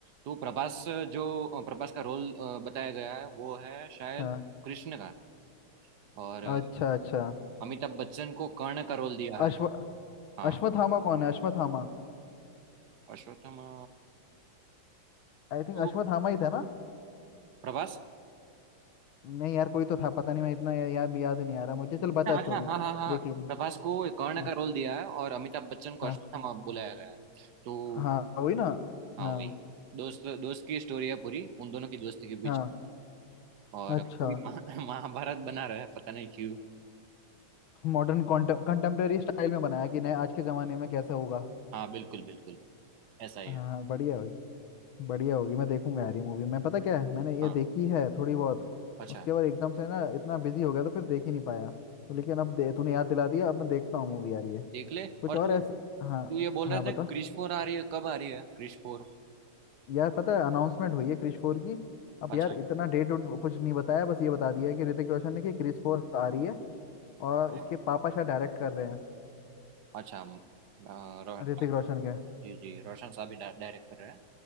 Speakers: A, on the right (about 60°); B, on the left (about 75°).
A: तो प्रभास जो अ, प्रभास का रोल अ, बताया गया है वो है शायद
B: हाँ
A: कृष्ण का और अ,
B: अच्छा अच्छा
A: अमिताभ बच्चन को कर्ण का रोल दिया है
B: अश्व
A: हाँ
B: अश्वत्थामा कौन है अश्वत्थामा
A: अश्वत्थामा
B: आई थिंक
A: तो
B: अश्वत्थामा ही था ना
A: प्रभास
B: नहीं यार कोई तो था पता नहीं मैं इतना या, याद याद नहीं आ रहा मुझे चल बता
A: हाँ
B: स्टोरी
A: हाँ हाँ हाँ हाँ
B: देख लूंगा
A: प्रभास को कर्ण
B: हाँ
A: का रोल दिया है और अमिताभ बच्चन को
B: हाँ
A: अश्वत्थामा बुलाया गया है तो
B: हाँ वही ना
A: हाँ
B: हाँ
A: वही दोस्त दोस्त की स्टोरी है पूरी उन दोनों की दोस्ती के
B: हाँ
A: बीच और
B: अच्छा
A: पूरी महा- <laughs> महाभारत बना रहा है पता नहीं क्यों
B: मॉडर्न कंटेम्प्रेरी स्टाइल में बनाया कि नहीं आज के ज़माने में कैसा होगा
A: हाँ बिल्कुल बिल्कुल ऐसा ही
B: हाँ
A: है
B: बढ़िया होगी बढ़िया होगी मैं देखूंगा यार ये मूवी मैं पता क्या है मैंने ये
A: हाँ
B: देखी है थोड़ी बहुत
A: अच्छा
B: उसके बाद एकदम से ना इतना बिजी हो गया तो फिर देख ही नहीं पाया तो लेकिन अब दे तूने याद दिला दिया अब मैं देखता हूँ मूवी यार ये
A: देख ले
B: कुछ
A: और
B: और
A: तू
B: ऐसे हाँ
A: तू ये बोल
B: हाँ
A: रहा
B: बता
A: था क्रिश फोर आ रही है कब आ रही है क्रिश फोर
B: यार पता है अनाउंसमेंट हुई है क्रिश फोर की अब
A: अच्छा
B: यार इतना डेट उट कुछ नहीं बताया बस ये बता दिया है कि ऋतिक रोशन ने कि क्रिश फोर आ रही है और
A: हाँ,
B: इसके पापा शायद डायरेक्ट कर रहे हैं
A: अच्छा अ, रो,
B: ऋतिक रोशन के
A: जी जी रोशन साहब भी डायरेक्ट कर रहे हैं